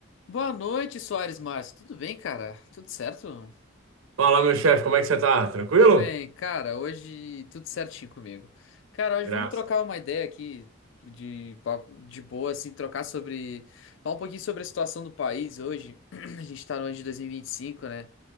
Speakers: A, on the left; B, on the right.
A: Boa noite, Soares Márcio. Tudo bem, cara? Tudo certo?
B: Fala, meu chefe, como é que você tá? Tranquilo?
A: Tô bem, cara. Hoje tudo certinho comigo. Cara, hoje
B: Graças.
A: vamos trocar uma ideia aqui de, papo- de boa, assim, trocar sobre. Falar um pouquinho sobre a situação do país hoje. <clears throat> A gente tá no ano de dois mil e e vinte e cinco, né?